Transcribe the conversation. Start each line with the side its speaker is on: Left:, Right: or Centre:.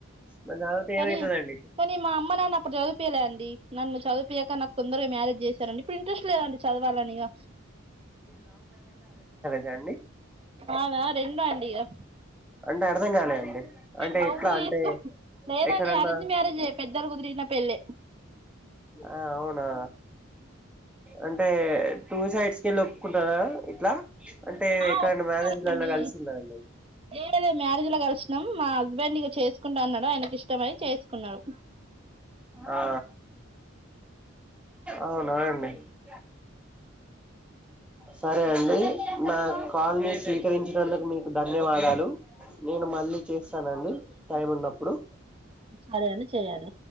Centre: మరి తర్వాత ఏమైతదండి
Right: కానీ కానీ మా అమ్మ నాన్న ఇప్పుడు చదిపియలే అండి, నన్ను చదువు పియక నాకు తొందరగా మ్యారేజ్ చేశారండి, ఇప్పుడు ఇంట్రెస్ట్ లేదండి చదవాలని ఇగ
Centre: జండి
Right: నాదా రెండు అండి ఇగ
Centre: అంటే అర్థం కాలే అండి. అంటే
Right: లవ్వు
Centre: ఎట్లా అంటే
Right: చేసుకో లేదండి
Centre: ఎక్కడన్నా
Right: అరేంజ్ మ్యారేజే పెద్దలు కుదిరిన పెళ్ళే
Centre: ఆ అవునా అంటే టూ సైడ్స్ కెళ్ళి ఒప్పుకుంటరా ఇట్లా? అంటే
Right: ఆ
Centre: ఎక్కడన్నా
Right: ఒప్పుకున్నరండి,
Centre: మ్యారేజ్లలా కలిసిందా అండి
Right: ఏడ లేదు మ్యారేజ్ లా కలిసినం నం మా హస్బెండ్ ఇగ చేసుకుంటా అన్నడు, ఆయనకి ఇష్టం మయి చేసుకున్నడు.
Centre: ఆ అవునా అండి <inaudible> సరే అండి, నా కాల్ ని, స్వీకరించినందుకు మీకు ధన్యవాదాలు. నేను మళ్ళీ చేస్తానండి, టైం ఉన్నప్పుడు.
Right: సరే అని చేయాలి